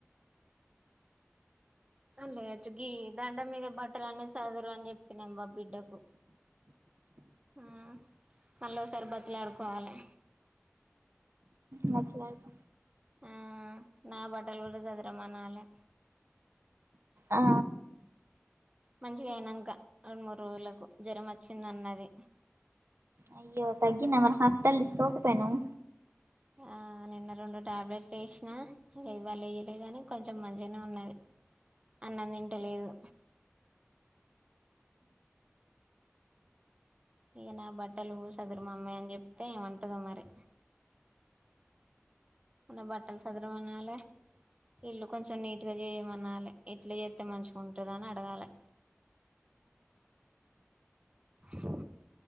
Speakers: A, on the right (about 25°); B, on the right (about 60°).
A: లేయచు గీ దండం మీద బట్టలు అన్నీ సదురు అని చెప్పినాం మా బిడ్డకు ఆ మల్లోసారి బతులాడుకోవాలే
B: మట్లాడు
A: ఆ నా బట్టలు కూడా సదరమనాలె
B: ఆ
A: మంచిగయినంక రెండు మూడు రోజులకు జ్వరం వచ్చిందన్నది
B: అయ్యో తగ్గిందా మరి హాస్పిటల్ తీసకపోక పొయినవ్
A: ఆ నిన్న రెండు టాబ్లెట్లు వేసిన ఇక ఇవాలేయలే గాని కొంచెం మంచిగనే ఉన్నది అన్నం తింట లేదు ఇక నా బట్టలు సదురు మమ్మీ అని చెప్తే ఏమ్ అంటదొ మరి వు నా బట్టలు సదర మనాలే ఇల్లు కొంచెం నీట్గా చేయమనాలి ఎట్ల చెత్తే మంచిగా ఉంటుందని అడగాలే హా